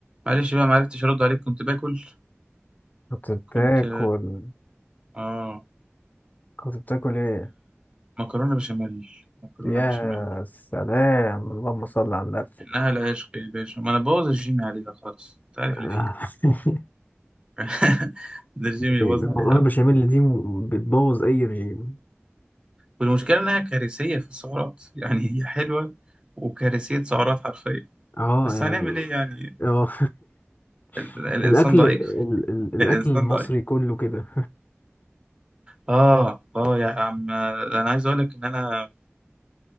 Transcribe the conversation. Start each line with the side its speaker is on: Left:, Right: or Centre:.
Right: معلش بقى معرفتش ارد عليك كنت باكل
Left: كنت بتاكل
Right: كنت اه
Left: كنت بتاكل ايه
Right: المكرونه بشاميل مكرونه
Left: يا
Right: بشاميل
Left: سلام اللهم صل على النبي
Right: انها العشق يا باشا ما انا بوظ الجيم عليها خالص انت عارف
Left: آه.
Right: اللي فيها
Left: <laughs>
Right: <laughs> ده الجيم يبوظ
Left: المكرونه
Right: عليها
Left: البشاميل دي م- بتبوظ اي رجيم
Right: والمشكله انها كارثيه في السعرات يعني هي حلوه وكارثيه سعرات حرفيا
Left: اه
Right: بس
Left: يعني
Right: هنعمل ايه يعني
Left: اه
Right: ال...
Left: <laughs>
Right: الانسان
Left: الاكل
Right: ضعيف
Left: ال
Right: <laughs>
Left: ال الاكل
Right: الانسان
Left: المصري
Right: ضعيف
Left: كله كده
Right: اه اه يا عم انا عايز اقول لك ان انا